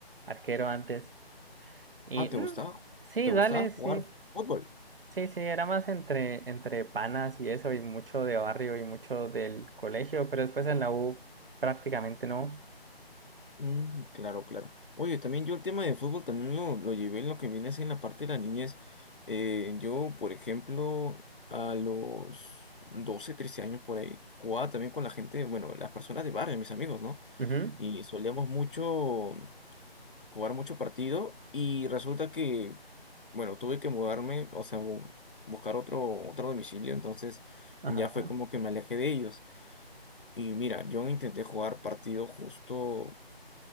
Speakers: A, on the right (about 60°); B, on the left (about 55°).
A: arquero antes. Y
B: Ah, ¿te
A: mm,
B: gustaba?
A: sí,
B: ¿Te gustaba
A: dale,
B: jugar
A: sí.
B: fútbol?
A: Sí, sí, era más entre, entre panas y eso, y mucho de barrio y mucho del colegio, pero después en la U prácticamente no.
B: Mm, claro, claro. Oye, también yo el tema de fútbol también lo, lo llevé en lo que viene a ser en la parte de la niñez. Eh, yo, por ejemplo, a los 12, 13 años por ahí, jugaba también con la gente, bueno, las personas de barrio, mis amigos, ¿no?
A: Ujú.
B: Y solíamos mucho. jugar mucho partido y resulta que, bueno, tuve que mudarme, o sea, bu- buscar otro, otro domicilio, entonces
A: Ajá.
B: ya fue como que me alejé de ellos. Y mira, yo intenté jugar partido justo